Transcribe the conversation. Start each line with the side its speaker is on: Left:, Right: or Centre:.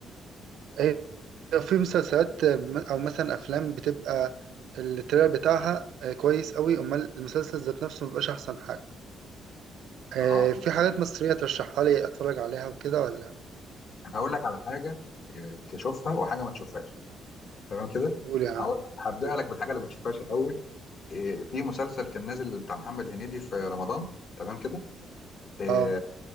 Right: هي في مسلسلات آه، م- او مثلا افلام بتبقى التريلر بتاعها آه، كويس أوي امال المسلسل ذات نفسه مبيبقاش احسن حاجة آه
Left: اه
Right: في حاجات مصرية ترشحها لي اتفرج عليها وكده ولا
Left: انا هقول لك على حاجه آه، تشوفها وحاجه ما تشوفهاش تمام كده
Right: قول يا عم
Left: هقول- هبدأ
Right: قول.
Left: لك بالحاجه اللي ما تشوفهاش الاول إيه، في مسلسل كان نازل بتاع محمد هنيدي في رمضان تمام كده إيه،
Right: اه